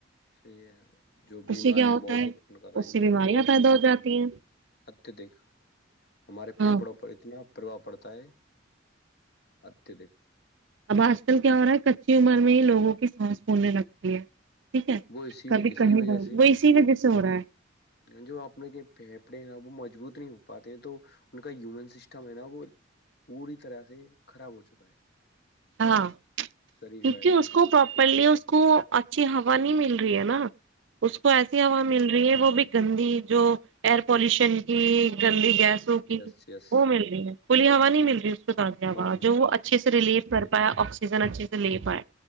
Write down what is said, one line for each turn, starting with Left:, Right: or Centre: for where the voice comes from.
Left: صحیح ہے جو
Right: اس
Left: بیماریاں
Right: سے کیا ہوتا
Left: بہت
Right: ہے
Left: اتپن کر رہی
Right: اس سے
Left: ہیں
Right: بیماریاں
Left: بہت
Right: پیدا
Left: بیمارییاں
Right: ہو جاتی ہیں
Left: اتدک ہمارے
Right: ہاں
Left: پھیپڑوں پر اتنا پرواہ پڑتا ہے اتدک
Right: اب آج کل کیا ہو رہا ہے کچی عمر میں ہی لوگوں کی سانس پولنے لگتی ہے ٹھیک ہے
Left: وہ اسی
Right: کبھی
Left: اسی
Right: کہیں
Left: وجہ
Right: وہ
Left: سے نا
Right: اسی وجہ سے ہو رہا ہے
Left: جو اپنے کے پھیپڑے نا وہ مجبوط نہیں ہو پاتے ہیں تو ان کا ہیومن سسٹم ہے نا وہ پوری طرح سے خراب ہو چکا ہے
Right: ہاں
Left: شریر
Right: کیونکہ
Left: کا ہے
Right: اس
Left: جو
Right: کو پراپرلی اس کو اچھی ہوا نہیں مل رہی ہے نا اس کو ایسی ہوا مل رہی ہے وہ بھی گندی جو ایئر پالوشن کی گندی گیس سو کی
Left: یس یس
Right: وہ مل رہی ہے کھلی ہا نہیں نہیں مل رہی دیاا
Left: ہاں ہاں
Right: جو وہ اچھے سے ریلیٹ کر پائے آکسیجن اچھے سے لے پائے